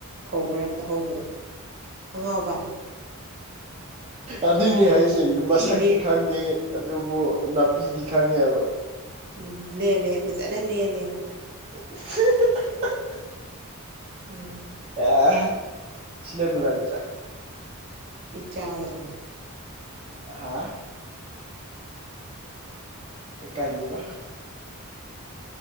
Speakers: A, on the right; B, on the right.
A: ꯐꯧ ꯃꯔꯛꯇ ꯍꯧꯕꯗꯣ ꯑꯉꯥꯎꯕ
B: ꯑꯗꯨꯏꯅꯦ ꯍꯥꯏꯁꯦ
A: ꯊꯤ
B: ꯃꯁꯛꯇꯤ
A: ꯂꯦ
B: ꯈꯪꯗꯦ ꯑꯗꯨꯕꯨ ꯅꯥꯄꯤꯗꯤ ꯈꯪꯉꯦꯕ
A: ꯎꯝ ꯂꯦꯜꯂꯦ ꯐꯖꯅ ꯂꯦꯜꯂꯦꯅ
B: <inaudible>
A: ꯎꯝ
B: ꯑꯦ ꯁꯤꯅꯅꯨꯡꯒꯥꯏꯠꯇ
A: ꯏꯆ ꯍꯥꯏꯒꯗꯦ
B: ꯍꯥ
A: ꯅꯠꯇ
B: ꯀꯔꯤꯕ